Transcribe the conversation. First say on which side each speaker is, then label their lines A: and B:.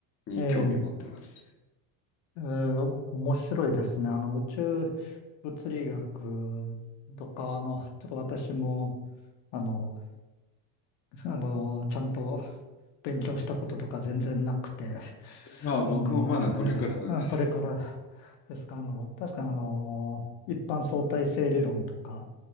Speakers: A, on the left (about 30°); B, on the left (about 65°).
A: に興味持ってます。
B: えええー、お面白いですね。あの、宇宙物理学とか、あの、ちょっと私も、あの、あの、ちゃんと勉強したこととか全然なくて、
A: まあ僕もまだこれからなんです。
B: うん、なんかね、あ、これからですか、あの、確かにあの、一般相対性理論とか、